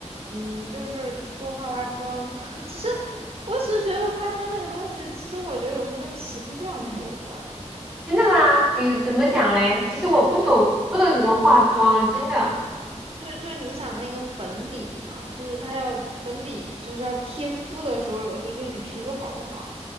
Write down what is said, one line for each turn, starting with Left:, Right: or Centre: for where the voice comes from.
Right: 嗯，就是多化化妆。<laughs> 其实我只是觉得化妆那个东西，其实我觉得有时候跟皮肤状态有关。
Centre: 真的吗？比如怎么讲嘞？其实我不懂，
Right: 就。
Centre: 不懂怎么化妆，真的。
Right: 就就你想那个粉底嘛，就是它要粉底，就是要贴肤的时候，有时候就是你皮肤好不好，